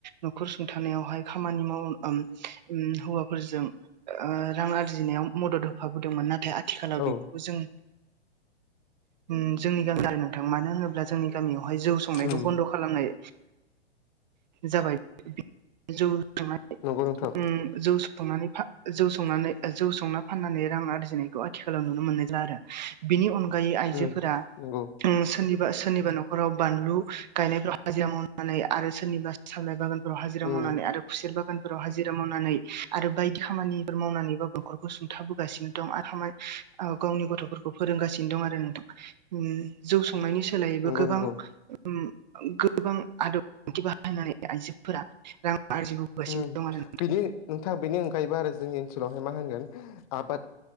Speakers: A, on the right; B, on the left.
A: न'खर सुंथानायावहाय खाम खामानि माव उम हौवाफोरजों ओ रां आरजिनायाव मदद होफाबोदोंमोन नाथाय आ आथिखालाव
B: औ
A: बेफोरखौ जों उम जोंनि गामि नोंथां मानो होनोब्ला जोंनि गामियाव बेहाय जौ संनायखौ
B: उम
A: बन्द' खालामनाय जाबाय जौ संनाय
B: नंगौ नोंथां।
A: ओम जौ संनानै फा जौ संनानै ओ जौ संना फाननानै रां आरजिनायखौ आथिखालाव नुनो मोनला आरो बिनि अनगा बै आइजोफोरा
B: उम नंगौ
A: उम सोरनि ओ सोरनिबा न'खराव बानलु गायनायफ्राव हाजिरा मावनानै आरो सोरनिबा सामलाय बागान हाजिरा
B: उम
A: मावनानै आरो खुसेल बागानफोराव हाजिरा मावनानै आरो बायदि खामानि फोर मावनानैबाबो न'खरखौ सुंथाबोगासिनो दं आराय ओ गावनि गथ'फोरखौ फोरोंगासिनो दं आरो नोंथां। उम जौ संनायनि सोलायैबो
B: नंगौ
A: गोबां
B: नंगौ
A: उम गोबां आदब बाहायनानै आइजोफोरा रां आरजिबोगासिनो
B: उम
A: दं आरो
B: बिदि नोंथाङा बिनि अनगायैबो आरो जोंनि ओनसोलावहाय मा होनगोन आबाद